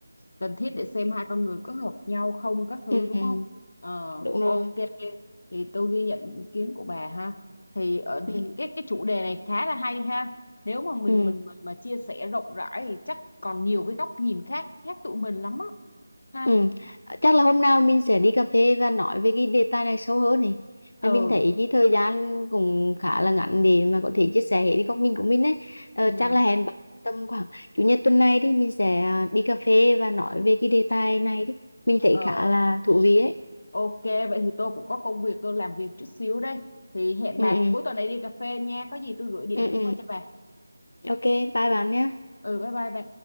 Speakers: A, on the left; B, on the left.
A: cần thiết để xem hai con người có hợp nhau không các thứ
B: ừ,
A: đúng
B: ừ,
A: không ờ
B: đúng
A: ok
B: rồi
A: thì tôi ghi nhận ý kiến của bà ha thì ở,
B: ừ,
A: hi- cái cái chủ đề này khá là hay ha nếu mà mình
B: ừ.
A: mình mà, mà chia sẻ rộng rãi thì chắc còn nhiều cái góc nhìn khác khác tụi mình lắm á ha
B: Ừ. Chắc là hôm nào mình sẽ đi cà phê và nói về cái đề tài này sâu hơn này.
A: ừ
B: Là Mình thấy cái thời gian cũng khá là ngắn để mà có thể chia sẻ hết cái góc nhìn của mình ấy. Ờ,
A: ừ
B: chắc là hẹn bạn tầm khoảng chủ nhật tuần này đi mình sẽ à, đi cà phê và nói về cái đề tài này đi. Mình thấy
A: ờ
B: khá là thú vị ấy.
A: ok vậy thì tôi cũng có công việc tôi làm việc chút xíu đây thì hẹn
B: Ừ
A: bà
B: ừ.
A: cuối tuần này đi cà phê nha có gì tôi gửi địa
B: Ừ
A: điểm
B: ừ.
A: qua cho bà
B: Ok, bye bạn nhé.
A: ừ bye bye bà